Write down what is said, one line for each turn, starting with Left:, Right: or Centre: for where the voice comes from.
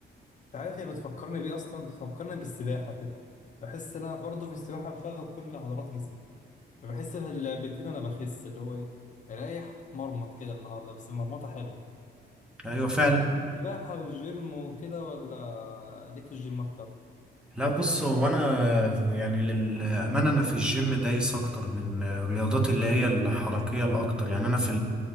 Left: عارف هي بتفكرني بيه اصلا بتفكرني بالسباحه كده بحس ان انا برضه في السباحه بشغل كل عضلات جسمي فبحس في اللعبتين انا بخس اللي هو ايه مريح اتمرمط كده النهارده بس مرمطه حلوه
Centre: أيوة فعلا
Left: انت ليك في السباحه والجيم وكده ولا ليك في الجيم اكتر
Centre: لا بص هو أنا يعني للأمانة أنا في الجيم دايس أكتر من الرياضات اللي هي الحركية الأكتر يعني أنا في